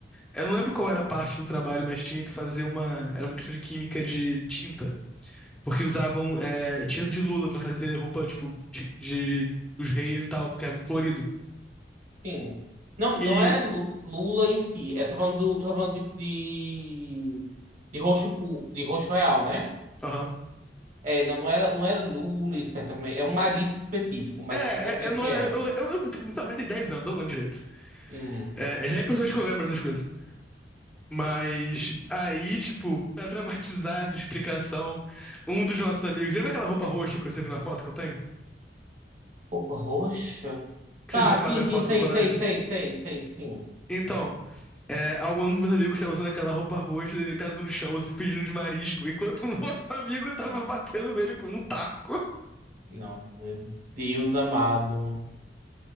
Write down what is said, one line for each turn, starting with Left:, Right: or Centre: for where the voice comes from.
Centre: eu não lembro qual era a parte do trabalho, mas tinha que fazer uma, era uma questão de química de tinta, porque usavam é, tinta de lula pra fazer roupa tipo de, de- dos reis e tal, porque era muito colorido.
Right: Sim. Não,
Centre: E,
Right: não é Lu- Lula em si. É, tô falando do, tô falando de, de, de roxo, pu- de roxo real, né?
Centre: aham.
Right: É, não, não era, não era Lula especificamente. É um marisco específico, mas
Centre: É, é,
Right: eu sei
Centre: é,
Right: o
Centre: não
Right: que
Centre: é.
Right: é.
Centre: Eu, eu, eu, eu trabalho tem 10 anos, eu não lembro direito.
Right: Hum.
Centre: É, é, já é em pessoas que eu lembro essas coisas. Mas aí, tipo, pra dramatizar essa explicação, um dos nossos amigos. Lembra aquela roupa roxa que você viu na foto que eu tenho?
Right: Roupa roxa?
Centre: Que
Right: Tá,
Centre: você viu naquela
Right: sim,
Centre: minha
Right: sim,
Centre: foto
Right: sei,
Centre: do colégio?
Right: sei, sei, sei, sei, sim.
Centre: Então, é, um dos meus amigos estava usando aquela roupa roxa, ele deitado no chão, se fingindo de marisco, enquanto um <laughs> outro amigo tava
Right: Não,
Centre: batendo nele com um taco.
Right: não, meu Deus amado.